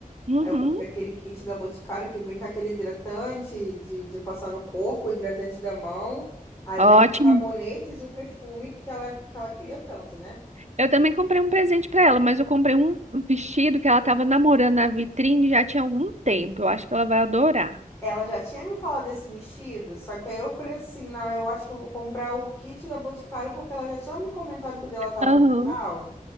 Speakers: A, on the right (about 50°); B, on the left (about 20°).
A: Uhum,
B: Aí eu comprei aquele kit da Boticário que vem com aquele hidratante de, de passar no corpo, hidratante da mão. Aí
A: ótimo.
B: vem os sabonetes e o perfume que ela, que ela queria tanto, né?
A: Eu também comprei um presente para ela, mas eu comprei um vestido que ela estava namorando na vitrine já tinha algum tempo. Eu acho que ela vai adorar.
B: Ela já tinha me falado desse vestido, só que aí eu falei assim, não, eu acho que eu vou comprar o kit da Boticário porque ela já tinha me comentado que o dela tava
A: Aham,
B: no final.